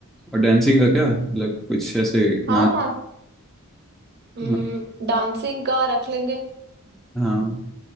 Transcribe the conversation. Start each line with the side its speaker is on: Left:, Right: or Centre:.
Centre: और डांसिंग का क्या मतलब कुछ ऐसे
Right: हाँ
Centre: नाच
Right: हाँ हम्म,
Centre: हाँ
Right: डांसिंग का रख लेंगे
Centre: हाँ